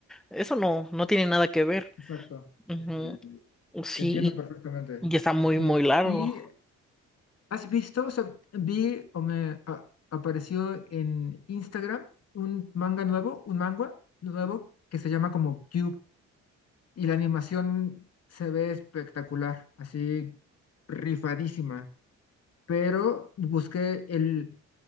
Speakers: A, in the centre; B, on the left.
A: eso no, no tiene nada que ver.
B: exacto.
A: Ujú,
B: Eh,
A: Sí,
B: Te entiendo perfectamente.
A: y, y está muy,
B: Lo entiendo.
A: muy largo.
B: Y ¿Has visto? O sea, vi o me a- apareció en Instagram un manga nuevo, un manga nuevo que se llama como Cube y la animación se ve espectacular, así rifadísima. Pero busqué el,